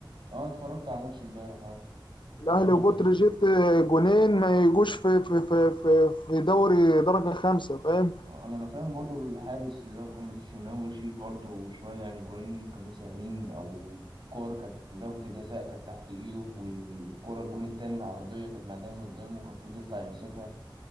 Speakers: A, on the right (about 65°); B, on the left (about 70°).
A: اه اتفرجت على ماتش امبارح اه
B: الاهلي
A: يعني احنا
B: وبتروجيت
A: كنا
B: جونين ما يجوش في في في في, في دوري درجه خمسه فاهم
A: اما انا فاهم برضو الحارس اللي هو محمد الشناوي يشيل برضو شويه يعني الجونين كانوا سهلين او كور كانت ضربة الجزاء كانت تحت ايده والكرة الجون التاني العرضية كانت معدية من قدامه كان المفروض يطلع يمسكها